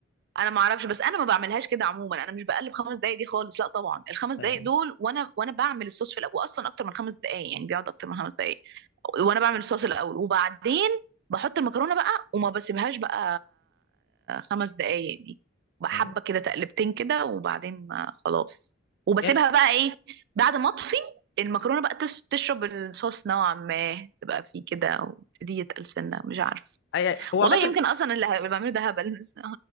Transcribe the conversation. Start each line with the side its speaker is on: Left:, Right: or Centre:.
Right: انا ما اعرفش بس انا ما بعملهاش كده عموما انا مش بقلب خمس دقايق دي خالص لا طبعا الخمس دقايق
Left: <laughs> يعني
Right: دول وانا وانا بعمل الصوص في الاول واصلا اكتر من خمس دقايق يعني بيقعد اكتر من خمس دقايق وانا بعمل الصوص الاول وبعدين بحط المكرونه بقى وما بسيبهاش بقى خمس دقايق دي بحبه
Left: يعني
Right: كده تقلبتين كده وبعدين خلاص وبسيبها
Left: يعني
Right: بقى ايه بعد ما اطفي المكرونه بقى تس- تشرب الصوص نوعا ما تبقى فيه كده ويبتدي يتقل سنه مش عارف
Left: أي- أي- هو
Right: والله
Left: عامه
Right: يمكن اصلا اللي هبقى بعمله ده هبل بس